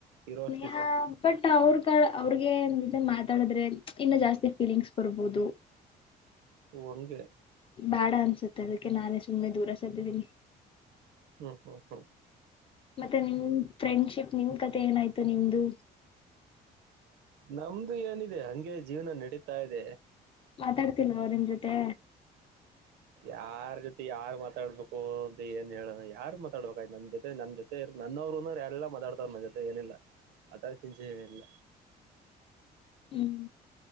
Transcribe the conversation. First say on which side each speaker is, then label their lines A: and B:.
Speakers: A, on the right; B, on the left.
A: ಇರೋ
B: ಸ್ನೇಹ
A: ಅಷ್ಟ್ ದಿವಸ
B: ಬಟ್ ಇನ್ನ ಅವ್ರ್ಗಳ್ ಅವ್ರ್ಗೆ ಮಾತಾಡಿದ್ರೆ ಇನ್ನು ಜಾಸ್ತಿ ಫೀಲಿಂಗ್ಸ್ ಬರ್ಬಹದು.
A: ಓ ಹಂಗೆ.
B: ಬೇಡ ಅನ್ಸುತ್ತೆ ಅದಕ್ಕೆ ನಾನೇ ಸುಮ್ನೆ ದೂರ ಸರ್ದಿದ್ದೀನಿ.
A: ಹ್ಮ್ ಹ್ಮ್ ಹ್ಮ್.
B: ಮತ್ತೆ ನಿಮ್ ಫ್ರೆಂಡ್ಶಿಪ್ ನಿಮ್ ಕತೆೆ ಏನಾಯ್ತು ನಿಮ್ದು.
A: ನಮ್ದು ಏನಿದೆ ಹಂಗೆ ಜೀವನ ನಡೀತಾ ಇದೆ.
B: ಮಾತಾಡ್ತಿಲ್ವಾ ನಿಮ್ ಜೊತೆ.
A: ಯಾರ್ ಜೊತೆ ಯಾರ್ ಮಾತಾಡ್ಬೇಕು ಅಂತ ಏನ್ ಹೇಳೋಣ ಯಾರ್ ಮಾತಾಡ್ಬೇಕಾಯ್ತ್ ನಮ್ ಜೊತೆ ನಮ್ ಜೊತ್ ತೆ ನನ್ನವ್ರು ಅನ್ನೋರು ಯಾರಿಲ್ಲ ಮಾತಾಡ್ತಾರ್ ನನ್ ಜೊತೆ ಏನಿಲ್ಲ ಆತರ ಚಿಂಚೆ ಏನಿಲ್ಲ.
B: ಹ್ಮ್.